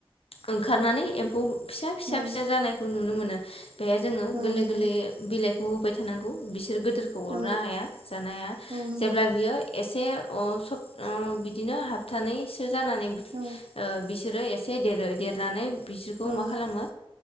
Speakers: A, on the left; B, on the right.
A: ओंखारनानै एम्फौ फिसा फिसा
B: औ
A: फिसा जानायखौ नुनो मोनो। जे जोङो
B: औ
A: गोरलै
B: नंगौ
A: गोरलै बिलाइखौ होबाय थानांगौ बि सोर गोदोरखौ अरनो
B: औ
A: हाया जानो हाया
B: औ नंगौ
A: जेब्ला बियो एसे अ सब बिदिनो हाबथानै जानानै बिसोर जानानै
B: औ
A: बिसोरो एसे देरो देरनानै बिसोरखौ
B: औ
A: मा खालामो